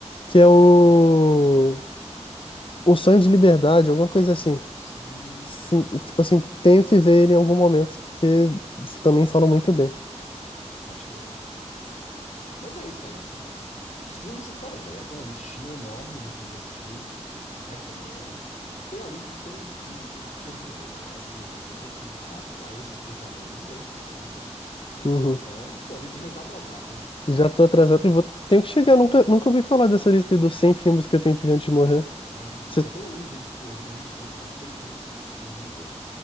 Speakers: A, on the left (about 50°); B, on the left (about 85°).
A: que é o... Um Sonho de Liberdade, alguma coisa assim.
B: Sim,
A: Sim,
B: cara. Bom,
A: tipo assim, tenho
B: massa.
A: que ver ele em algum momento, porque também falam muito bem.
B: Pode crer. Mas é isso, Kaique, assim. Os filmes estão aí, tá ligado? Tem uma listinha enorme de filmes pra você assistir. Recomendo. Tem a lista dos 100 filmes que você tem que assistir antes de morrer, tá ligado? E assim, tem muito filme clássico lá. E esses que você falou aí já estão nessa lista lá.
A: Uhum.
B: Então, sua lista já está atrasada.
A: Já tô atrasado e vou... tenho que chegar.
B: <laughs> Atrasada.
A: Nunca, nunca ouvi falar dessa lista aí dos 100 filmes que eu tenho que ver antes de morrer.
B: Tem.
A: Cê-
B: Tem até um livro, tem um livro escrito, né? Os 100 filmes que você tem que assistir antes de morrer.